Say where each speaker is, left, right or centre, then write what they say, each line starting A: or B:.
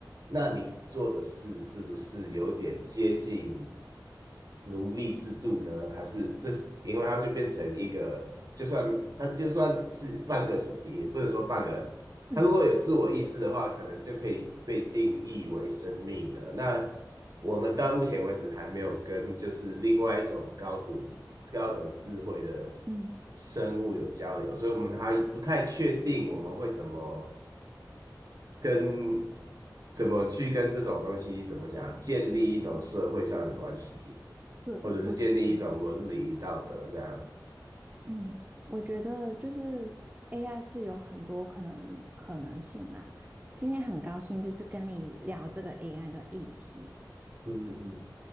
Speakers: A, on the right; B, on the right.
A: 那你做的事是不是有点接近奴隶制度呢？
B: 嗯
A: 还是这是因为它就变成一个，就算它就算是半个是，也不能说半个。
B: 嗯嗯。
A: 他如果有自我意识的话，
B: 嗯
A: 可能就可以被定义为生命了。那我们到目前为止还没有跟就是另外一种高等高等智慧的
B: 嗯
A: 生物有交流，所以我们还不太确定我们会怎么跟怎么去跟这种东西怎么讲建立一种社会上的关系，
B: 对，
A: 或者是建立一种伦理道德这样。
B: 我，嗯嗯，我觉得就是 AI 是有很多可能可能性啦。今天很高兴就是跟你聊这个 AI 的议题。
A: 嗯嗯